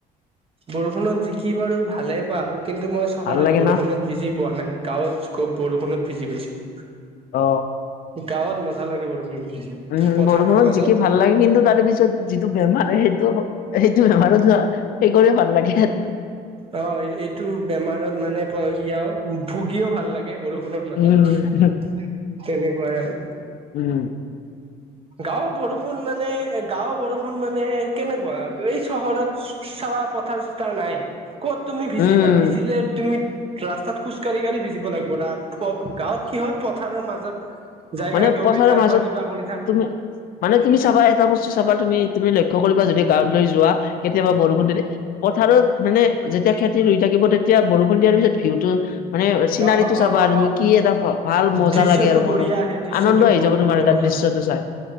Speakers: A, on the right (about 35°); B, on the left (about 60°).
A: বৰষুণত যিকি বাৰু ভালে পাওঁ, কিন্তু মই চহৰত
B: ভাল লাগে
A: বৰষুণত-
B: ন
A: ভিজি পোৱা নাই, গাঁৱত খুব বৰষুণত ভিজি পাইছো।
B: অ
A: গাঁৱত মজা লাগে বৰষুণ ভিজি,
B: উম
A: পথাৰৰ
B: বৰষুণত
A: মাজত।
B: জিকি ভাল লাগে, কিন্তু তাৰে পিছত যিটো বেমাৰ সেইটো সেইটো বেমাৰত হোৱা। সেই কৰিও ভাল লাগে আৰু।
A: অ, এইটো বেমাৰত মানে ইয়াও ভুগিও ভাল লাগে বৰষুণ - নৰ মাজত,
B: উম
A: তেনেকুৱাই আৰু
B: উম।
A: গাঁওৰ বৰষুণ মানে, এ গাঁৱৰ বৰষুণ মানে কেনেকুৱা? এই চহৰত চাবা পথাৰ চথাৰ নাই, ক'ত তুমি ভিজিবা।
B: উম,
A: ভিজিলে তুমি, ৰাস্তাত খোজ কাঢ়ি-কাঢ়ি ভিজিব লাগিব পৰা, গাঁৱত কিহৰ প পথাৰৰ মাজত, যাই
B: মানে
A: কেনে দৌৰি
B: পথাৰৰ
A: থাক
B: মাজত
A: বা কিবা কৰি থাক।
B: তুমি মানে তুমি চাবা, এটা বস্তু চাবা তুমি তুমি লক্ষ্য কৰিবা, যদি গাঁৱলৈ যোৱা কেতিয়াবা বৰষুণ দিলে পথাৰত মানে যেতিয়া খেতি ৰুই থাকিব, তেতিয়া বৰষুণ দিয়াৰ পিছত ভিউটো মানে চিনাৰীটো
A: অ
B: চাবা
A: অ অ
B: আৰু তুমি
A: অ
B: কি এটা ভাল মজা
A: দৃশ্যটো
B: লাগে আৰু মনত।
A: বঢ়িয়া আহে দৃশ্যটো
B: আনন্দ আহি
A: বহুত।
B: যাব, তোমাৰ তাৰ দৃশ্যটো চাই।